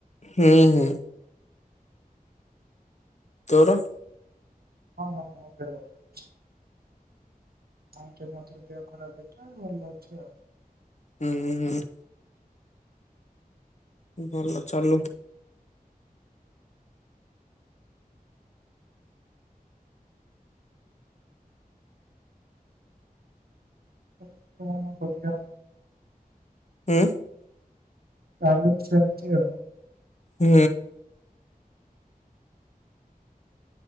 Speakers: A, on the left (about 50°); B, on the right (about 90°).
A: ହୁଁ ହୁଁ ତୋର?
B: ହଁ, ହଁ ମୋ ଦେହ ଭଲ ଅଛି। ହଁ ସେ ମଝିରେ ଦେହ ଖରାପ ହେଇଠା ଭଲ ଅଛି ଆଉ।
A: ଉଁ, ହୁଁ। ଭଲ ଚାଲୁ।
B: <unintelligible> କଣ କରୁଚ?
A: ଉଁ,
B: ଚାଲୁ ସେମତି ଆଉ।
A: ହୁଁ।